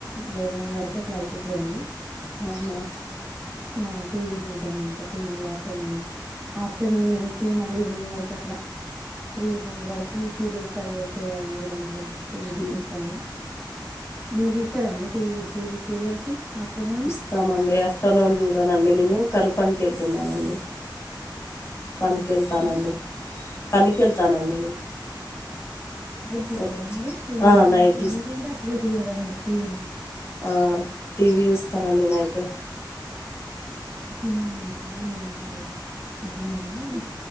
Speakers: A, in the centre; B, on the left (about 35°).
A: లేవన్ వర క అట్లా అయిపోతదండి
B: అవునా
A: నవును టీవీ జూడ్దమ్ ఇంక టీవీ ఆఫ్టర్నూను ఆఫ్టర్నూన్ నుంచి మళ్ళీ ఈవినింగ్ వరకు అట్ల న త్రీ ఫోర్ వరకి సీరియల్స్ అవి వస్తాయి గదండి దాంట్లో టీవీలు
B: ఉమ్.
A: చూస్తాము మీరు జూస్తారండి టీవీ సీరియల్సు ఆఫ్టర్నూనూ
B: స్తామండి ఆఫ్టర్నూన్ జూడనండి నేను కరుపనికి ఎళ్తున్నానండి
A: నైట్
B: పనికి
A: చూస్తారండి
B: ఎళ్తానండి పనికి ఎళ్తానండి నేను
A: నైట్ జుస్తారా
B: వచ్చి
A: మరి సీరియల్సు
B: ఆ, నైట్
A: అన్ని లేదంటే అసలే జూడర మీరు టీవీ ను
B: ఆ టీవీ జూస్తానండి నైటు
A: అంటే సినిమాలు జుస్తార మీరు అట్లావేనా